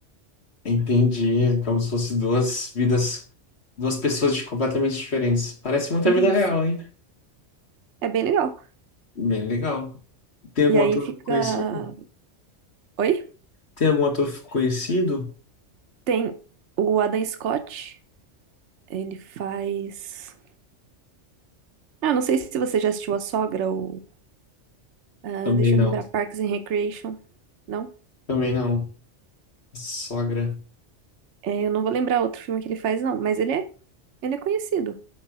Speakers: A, on the left (about 60°); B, on the right (about 70°).
A: Entendi. Como se fosse duas vidas. Duas pessoas de completamente diferentes. Parece muito
B: Isso.
A: a vida real, hein?
B: É bem legal.
A: Bem legal. Tem algum
B: E aí
A: ator
B: fica.
A: conhecido?
B: Oi?
A: Tem algum ator conhecido?
B: Tem o Adam Scott, ele faz. Ah, eu não sei se você já assistiu A Sogra ou. ah,
A: Também
B: deixa
A: não.
B: eu lembrar, Parks and Recreation. Não?
A: Também não. Sogra.
B: É, Eu não vou lembrar outro filme que ele faz, não, mas ele é. Ele é conhecido.